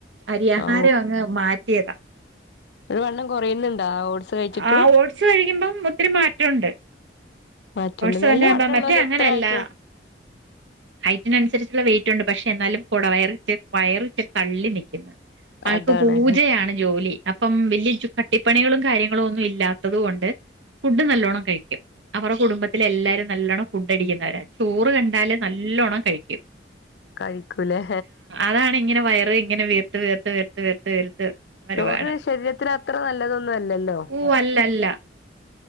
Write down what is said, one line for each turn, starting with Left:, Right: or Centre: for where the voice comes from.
Right: അരി ആഹാരം
Left: ആ
Right: ങ്ങ് മാറ്റിയതാ
Left: ട്ട് വണ്ണം കാെറയ്ന്ന്ണ്ടാ ഓട്സ് കഴിച്ചിട്ട്
Right: ആഹ് ഓട്സ് കഴിക്കുമ്പം ഒത്തിരി മാറ്റൊണ്ട്
Left: മാറ്റണ്ട്
Right: ഓട്സ്
Left: നല്ല
Right: തന്നെ ആകുമ്പം
Left: വണ്ണമുള്ള
Right: മറ്റേ
Left: പോലെ
Right: അങ്ങെനെയല്ലാ
Left: എത്ര ആയിട്ടും
Right: ഹൈറ്റിനൻസരിച്ചുള്ള വെയിറ്റുണ്ട് പക്ഷേ എന്നാലും കൊട വയറ്ണ്ട് വയറ് ഇച്ച് തള്ളി നിക്ക്ന്ന് ആൾക്ക്
Left: അതാണ്
Right: പൂജയാണ് ജോലി അപ്പം വെല്യ ജോ കട്ടിപ്പണികളും കാര്യങ്ങളും ഒന്നും ഇല്ലാത്തത് കൊണ്ട് ഫുഡ്ഡ് നല്ലോണം കഴിക്കും കുടുംബത്തിലെല്ലാരും നല്ലോണം ഫുഡ്ഡടിക്ക്ന്നവരാ ചോറ് കണ്ടാല് നല്ലോണം കഴിക്കും
Left: കഴിക്കുലേ
Right: അതാണിങ്ങനെ വയറ് ഇങ്ങനെ വീർത്ത് വീർത്ത് വീർത്ത് വീർത്ത് വീർത്ത് വരുവാണ്
Left: ചോറ് ശരീരത്തിന് അത്ര നല്ലതൊന്നും അല്ലല്ലോ.
Right: ഓഹ് അല്ലല്ല